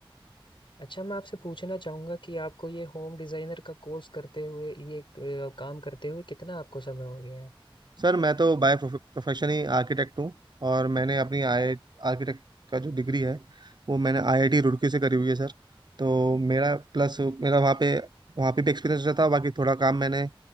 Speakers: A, on the left; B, on the right.
A: अच्छा मैं आपसे पूछना चाहूंगा कि आपको ये होम डिजाइनर का कोर्स करते हुए ये अ, काम करते हुए कितना आपको समय हो गया है
B: सर मैं तो बाय प्रोफेशन ही आर्किटेक्ट हूँ और मैंने अपनी आई आर्किटेक्ट का जो डिग्री है वो मैंने आईआईटी रुड़की से करी हुई है सर तो मेरा प्लस मेरा वहाँ पे वहाँ पे भी एक्सपीरियंस रहा था बाकी थोड़ा काम मैंने